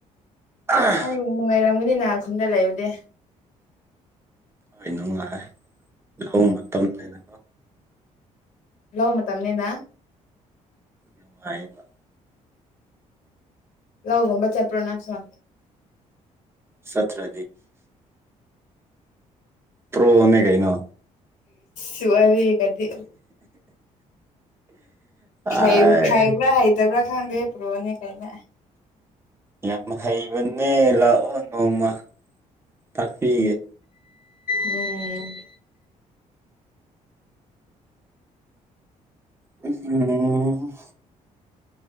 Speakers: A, on the right; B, on the left.
A: ꯑꯥ
B: ꯅꯪ ꯅꯨꯡꯉꯥꯏꯔꯝꯒꯅꯤ ꯅꯍ ꯈꯨꯟꯗ ꯂꯩꯕꯗꯤ
A: ꯍꯣꯏ ꯅꯨꯡꯉꯥꯏ ꯂꯧꯍꯣꯡ
B: ꯎꯝ
A: ꯃꯇꯝꯅꯦꯅ
B: ꯂꯑꯣ ꯃ ꯇꯝꯅꯤꯅ
A: ꯅꯨꯡꯉꯥꯏꯅ
B: ꯂꯒꯝꯕ ꯆꯦꯄꯔꯣꯅꯁ
A: ꯁꯇ꯭ꯔꯥ ꯄ꯭ꯔꯣꯅꯦ ꯀꯥꯏꯩꯅꯣ
B: ꯁꯔꯤ ꯀꯗꯤ ꯍꯥꯏꯩꯕ꯭ꯔꯥ
A: ꯑꯥꯏ
B: ꯍꯥꯏꯩꯗꯕ꯭ꯔꯥ ꯈꯕꯦꯕ꯭ꯔꯣꯅꯦ ꯀꯥꯏꯩꯅ
A: ꯌꯥꯝ ꯍꯩꯕꯅꯦ ꯂꯥꯛꯑꯣ ꯅꯣꯡꯃ ꯇꯥꯛꯄꯤꯒꯦ
B: ꯎꯝ
A: ꯎꯝ